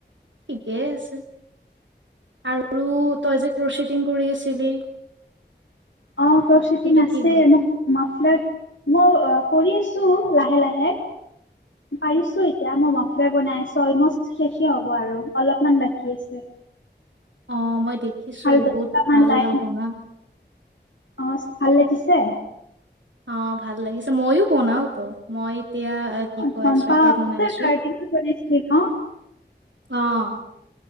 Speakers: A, on the right; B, on the left.
A: ঠিকেই আছে আৰু আৰু তই যে ক্ৰশি টিং কৰি আছিলি
B: অ কচেটিং
A: সেইটো
B: আছে
A: কি হ'ল?
B: মোক মাফলাত মই কৰি আছোঁ লাহে লাহে পাৰিছোঁ এতিয়া মই মফলাৰ বনাই আছোঁ অলম'ষ্ট শেষেই হ'ব আৰু অলপমান বাকী আছে
A: অ মই দেখিছো
B: আৰু দহটামান
A: বহুত ভাল
B: লাইন
A: ভাল বনা
B: অ ভাল লাগিছে
A: অ ভাল লাগিছে মইো বনাও তো মই এতিয়া
B: কাম্পাছ
A: অ', কি কয় চুৱেটাৰ বনাই আছো। অ',